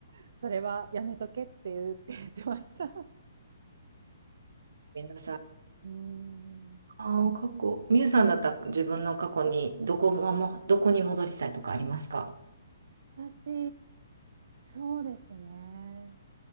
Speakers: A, on the right; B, on the right.
A: それはやめとけって言って言ってました。
B: 皆さん。あ
A: うーん、
B: あ、過去。みゆさんだったら自分の過去にどこも、どこに戻りたいとかありますか
A: 私、そうですね。